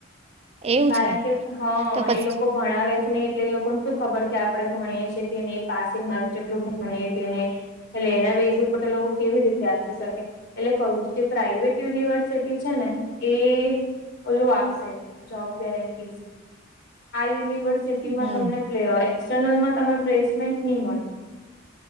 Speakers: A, on the right; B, on the left.
A: એવું
B: કારણ
A: છે
B: કે. હા,
A: તો પછી
B: એ લોકો ભણાવે જ નહીં, એટલે એ લોકોને શું ખબર કે, આપણે ભણીએ છી કે નહી, પાસિંગ મા જેટલું ભણીએ કે નય. એટલે એના બેઝ ઉપર તો લોકો કેવી રીતે આપી શકે? એટલે જે પ્રાાઈવેટ યુનિવર્સિટી છે ને, એ ઓલું આપશે. જોબ ગેરેંટીસ આ યુનિવર્સિટીમાં
A: હમ
B: તમને એક્સટર્નલમાં તમે પ્લેસમેન્ટ ની મળે.